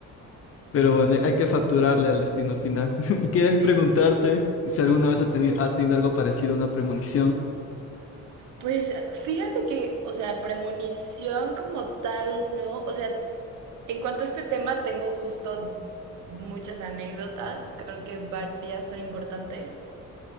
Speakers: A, on the left (about 50°); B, on the right (about 80°).
A: pero bueno, hay que facturarle al Destino Final. <laughs> Y quería
B: Sí,
A: preguntarte
B: sí.
A: si alguna vez has tenido, has tenido algo parecido a una premonición.
B: Pues fíjate que, o sea, premonición como tal, ¿no? O sea, en cuanto a este tema, tengo justo muchas anécdotas. Creo que varias son importantes.